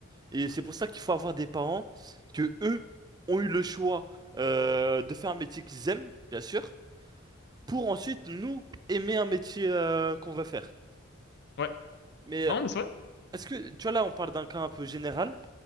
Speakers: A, on the right (about 20°); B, on the left (about 55°).
A: Et c'est pour ça qu'il faut avoir des parents que eux ont eu le choix euh, de faire un métier qu'ils aiment, bien sûr, pour ensuite nous aimer un métier euh, qu'on va faire.
B: Ouais.
A: Mais
B: Non,
A: euh,
B: mais c'est vrai.
A: est-ce que, tu vois, là, on parle d'un cas un peu général.